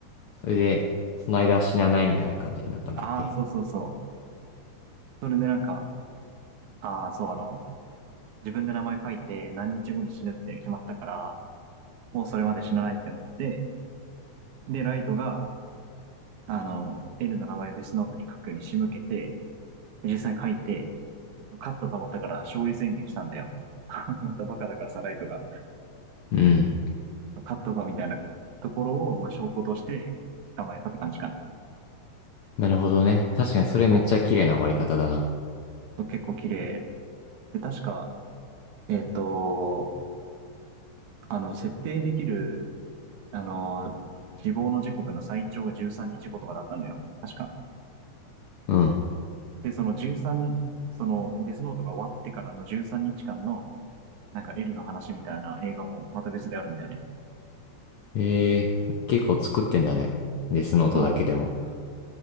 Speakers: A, on the left; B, on the right.
A: それで、その間は死なないみたいな感じになったんだっけ。
B: ああー、そうそうそう。それでなんか、ああ、そう、あの、自分で名前書いて何日後に死ぬって決まったから、もうそれまで死なないってなって、で、ライトが、あの、エルの名前をデスノートに書くように仕向けて、実際に書いて、勝ったと思ったから勝利宣言したんだよ。<laughs> またバカだからさらいとか、
A: うん。
B: 勝ったぞみたいなところを、まあ、証拠として捕まえたって感じかな。
A: なるほどね。確かにそれめっちゃ綺麗な終わり方だな。
B: そう。結構綺麗。で、確か、えっ、と、あの、設定できる、あの、死亡の時刻の最長が13日後とかだったんだよ。確か。
A: うん。
B: で、その13、そのデスノートが終わってからの13日間の、なんか L の話みたいな映画もまた別であるんだよね。
A: ええー結構作ってんだね。デスノートだけでも。
B: そう。